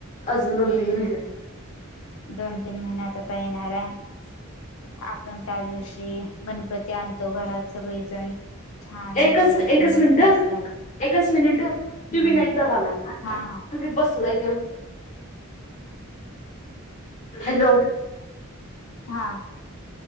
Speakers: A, on the left; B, on the left.
A: अजून
B: हम्म
A: दोन तीन महिने
B: दोन तीन महिन्यात आता येणारा आपण त्या दिवशी गणपती आणतो, घरात सगळीजण छान एवढे
A: एकच
B: एवढेशा
A: एकच
B: मूर्त्या
A: मिनिट,
B: असतात
A: एकच मिनिट तू
B: हम्म
A: विनायक दादा आला
B: हा
A: तु
B: हा
A: बसलाय हॅलो
B: हा